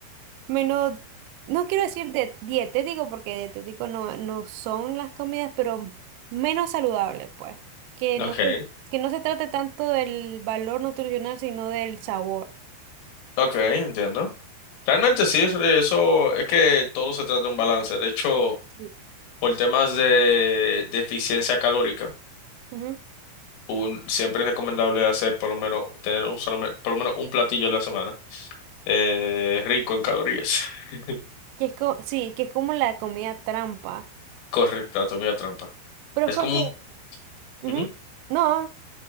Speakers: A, on the right; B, on the left.
A: Menos, no quiero decir de dietético, porque dietético no, no son las comidas, pero menos saludable, pues. Que no
B: okay,
A: se, que no se trate tanto del valor nutricional, sino del sabor.
B: okay, entiendo. Realmente sí, es- eso es que todo se trata de un balance. De hecho,
A: Sí.
B: por temas de, de eficiencia calórica,
A: Ujú.
B: un, siempre es recomendable hacer por lo menos tener un solamente, por lo menos un platillo a la semana eh, rico en calorías. <laughs>
A: Que es co- sí, que es como la comida trampa.
B: Correcto, anatomía trampa.
A: Pero
B: Es
A: es porque,
B: como un...
A: ujú,
B: ujú.
A: No,